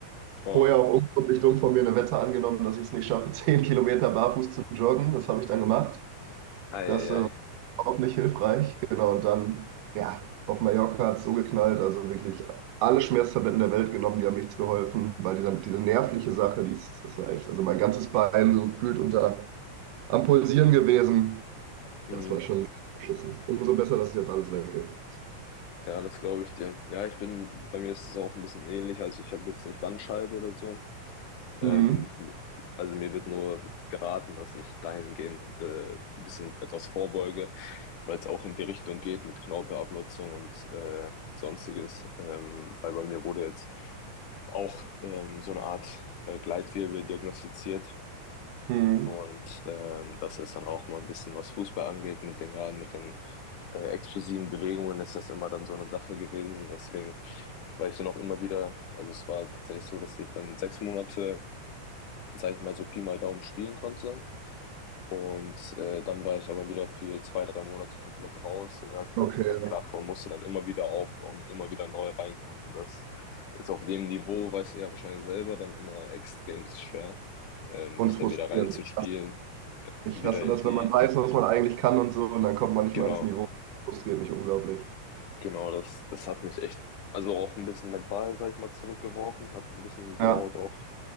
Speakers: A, on the left (about 75°); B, on the right (about 85°).
A: Boah,
B: vorher auch unglaublich dumm von mir eine Wette angenommen, dass ich es nicht schaffe, <laughs> 10 Kilometer barfuß zu joggen. Das habe ich dann gemacht.
A: eieiei.
B: Das äh, war auch nicht hilfreich. Genau, und dann, ja, auf Mallorca hat es so geknallt. Also wirklich alle Schmerztabletten der Welt genommen, die haben nichts geholfen, weil dieser, diese nervliche Sache, die ist, das war echt, also mein ganzes Bein so gefühlt unter am Pulsieren gewesen.
A: Mhm.
B: Das war schon sehr beschissen. Umso besser, dass jetzt alles weg ist.
A: Ja, das glaube ich dir. Ja, ich bin, bei mir ist es auch ein bisschen ähnlich. Also ich habe jetzt nicht Bandscheibe oder so. Ähm,
B: Mhm.
A: also mir wird nur geraten, dass ich dahingehend äh, ein bisschen etwas vorbeuge, weil es auch in die Richtung geht mit Knorpelabnutzung und äh, Sonstiges. Ähm, weil bei mir wurde jetzt auch ähm, so eine Art äh, Gleitwirbel diagnostiziert.
B: Mhm.
A: Und ähm, das ist dann auch mal ein bisschen, was Fußball angeht, mit den gerade mit den äh, explosiven Bewegungen ist das immer dann so eine Sache gewesen. Deswegen war ich dann auch immer wieder, also es war tatsächlich so, dass ich dann sechs Monate sag ich mal, so Pi mal Daumen spielen konnte. Und äh, dann war ich aber wieder für zwei, drei Monate komplett raus, lag da
B: Okay,
A: komplett flach und musste dann immer wieder aufbauen und immer wieder neu reinkommen. Und das ist auf dem Niveau, weißt du ja wahrscheinlich selber, dann immer extrem schwer, ähm,
B: und
A: sich dann
B: frustrierend.
A: wieder reinzuspielen, äh,
B: Ich
A: wieder
B: hasse
A: in
B: das,
A: die,
B: wenn man weiß, was man eigentlich kann und so, und dann kommt man nicht
A: genau,
B: mehr ans Niveau. Das frustriert mich unglaublich.
A: genau, das, das hat mich echt, also auch ein bisschen mental, sag ich mal, zurückgeworfen, hat ein bisschen gedauert
B: Ja,
A: auch,